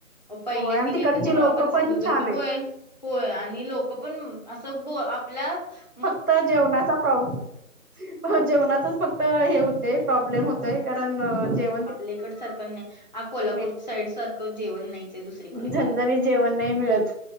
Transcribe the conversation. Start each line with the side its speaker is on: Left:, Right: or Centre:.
Left: अ पहिल्यांदा
Right: होय आणि तिकडची
Left: गेलत तेव्हा
Right: लोक
Left: पण सिंधुदुर्ग
Right: छान आहेत
Left: होय. होय आणि लोक पण असं ब आपल्यात --
Right: फक्त जेवणाचा प्रॉब्लेम -- जेवणातच फक्त हे होत प्रॉब्लेम होतय कारण जे- -
Left: आपल्याकड सारखं नाही. कोल्हापूर
Right: मिळत
Left: साईड सारखं जेवण नाहीचं हाय दुसरीकडे
Right: झणझणीत
Left: गेलं तर.
Right: जेवण नाही मिळत